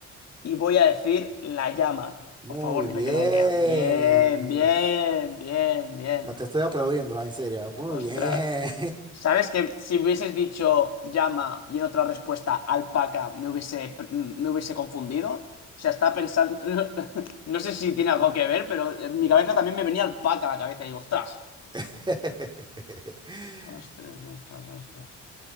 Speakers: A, on the left; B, on the right.
A: Y voy a decir la llama.
B: Muy
A: Por favor, dime
B: bien.
A: que no la he liado. Bien, bien, bien, bien.
B: Ah, Te estoy aplaudiendo, ah, en serio. Muy
A: Ostras.
B: bien.
A: Sabes que si hubieses dicho llama y en otra respuesta alpaca me hubiese, me hubiese confundido. O sea, estaba pensando. <laughs> No, sé si tiene algo que ver, pero en mi cabeza también me venía alpaca a la cabeza y digo, ostras.
B: <laughs>
A: Ostras, ostras, ostras.